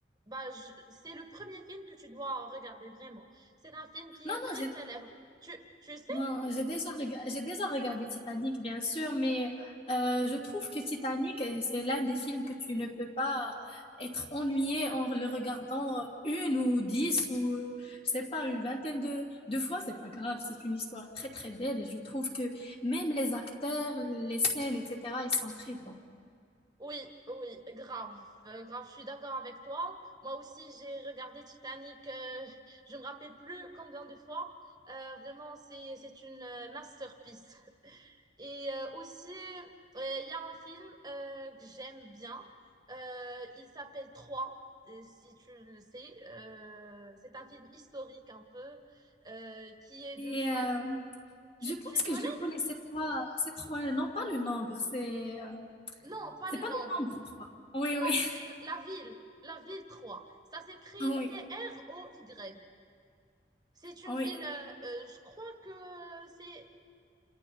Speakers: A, on the right; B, on the left.
A: bah, je- c'est le premier film que tu dois regarder vraiment. C'est un film qui est
B: Non, non,
A: très célèbre. Tu, tu sais
B: Non, j'ai déjà, rega- j'ai déjà regardé Titanic, bien sûr, mais euh, je trouve que Titanic, euh, c'est l'un des films que tu ne peux pas être ennuyé en le regardant une ou dix ou, je sais pas, une vingtaine de, de fois. C'est pas grave, c'est une histoire très, très belle et je trouve que même les acteurs, les scènes, etc., ils sont très bons.
A: Oui, oui, grave, euh, grave, je suis d'accord avec toi. Moi aussi, j'ai regardé Titanic, euh, je me rappelle plus combien de fois. Euh, vraiment, c'est, c'est une euh, masterpiece. Et euh, aussi, euh, il y a un film euh, que j'aime bien. Euh, il s'appelle Trois, euh, si tu le sais. Euh, c'est un film historique un peu, euh, qui est
B: Et
A: d'une femme.
B: euh,
A: Tu,
B: je pense
A: tu
B: que
A: connais?
B: je le connais, c'est trois, c'est trois, non pas le nombre, c'est euh,
A: Non, pas
B: c'est
A: le
B: pas
A: nombre.
B: le nombre trois. Oui,
A: Non,
B: oui,
A: c'est la ville, la ville trois. Ça s'écrit
B: <laughs> oui,
A: T-R-O-Y. C'est une
B: oui.
A: ville, euh, euh, je crois que c'est,